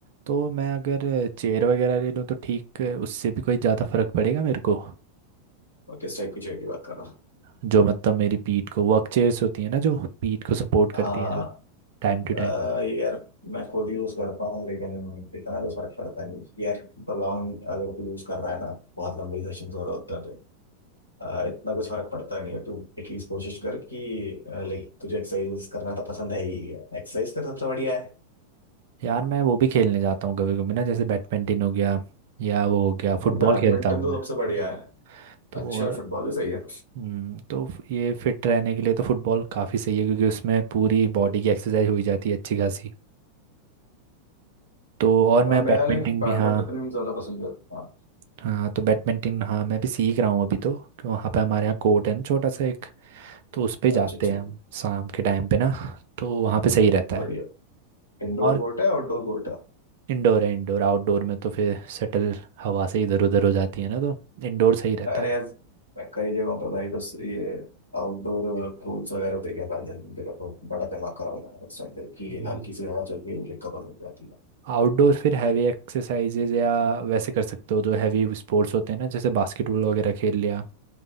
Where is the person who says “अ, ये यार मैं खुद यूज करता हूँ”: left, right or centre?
Left